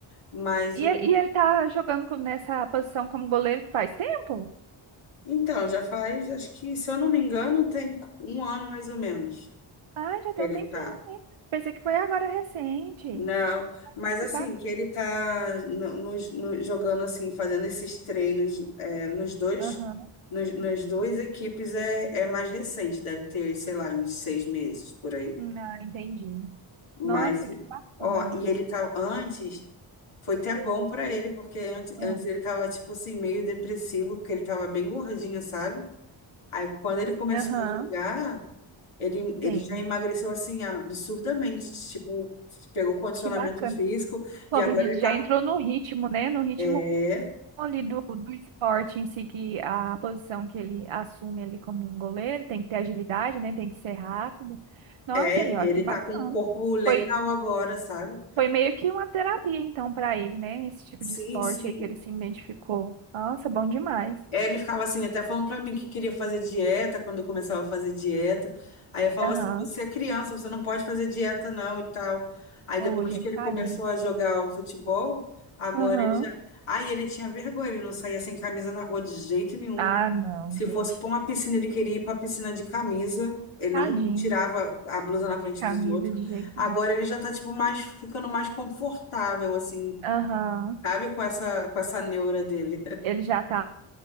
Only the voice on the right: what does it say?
E
ele, e ele tá jogando com- nessa posição como goleiro faz tempo?
Ah, já tem
um tempinho,
né? Pensei que foi agora recente.
Que bacana.
Aham.
Ah, entendi.
Nossa, que bacana,
amiga.
Feliz.
Hum.
Aham,
sim.
Que bacana.
Como
diz,
já entrou no ritmo, né? No ritmo
ali do, do esporte em si, que a posição que ele assume ali como um goleiro tem que ter agilidade, né? Tem que ser rápido. Nossa,
aí, ó,
que bacana.
Foi,
foi meio que uma terapia, então, para ele, né? Esse tipo
de esporte
aí que ele se identificou. Nossa, bom demais.
Aham.
Ô,
gente,
tadinho.
Aham.
Ah, não,
gente.
Tadinho.
Camisa
de jeito
nenhum.
Aham.
ele já tá